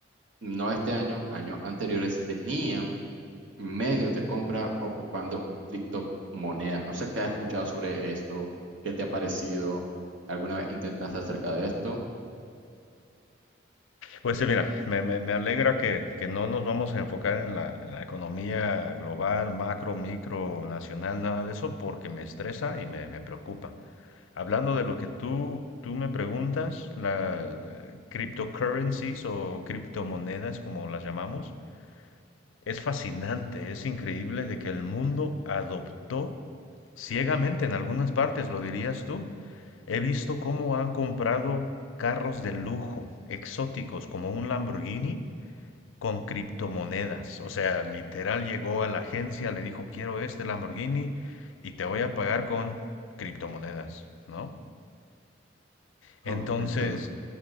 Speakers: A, on the right; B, on the left.
A: no este año, años anteriores, tenían medios de compra ocupando criptomonedas. No sé qué has escuchado sobre esto, qué te ha parecido, alguna vez intentaste acerca de esto.
B: Pues sí, mira, me, me- me alegra que, que no nos vamos a enfocar en la, en la economía global, macro, micro, nacional, nada de eso, porque me estresa y me, me preocupa. Hablando de lo que tú, tú me preguntas, las cryptocurrencies o criptomonedas, como las llamamos, es fascinante, es increíble de que el mundo adoptó ciegamente en algunas partes, lo dirías tú. He visto cómo han comprado carros de lujo, exóticos, como un Lamborghini con criptomonedas. O sea, literal llegó a la agencia, le dijo, quiero este Lamborghini y te voy a pagar con criptomonedas, ¿no? Entonces,
A: Correcto.